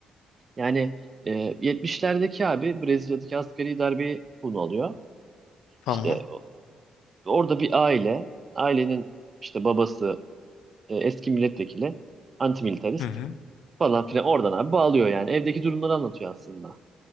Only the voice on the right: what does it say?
Yani e, 70'lerdeki abi Brezilya'daki askeri darbeyi konu alıyor.
İşte orada bir aile, ailenin işte babası e, eski milletvekili, antimilitarist
falan filan oradan abi bağlıyor yani. Evdeki durumları anlatıyor aslında.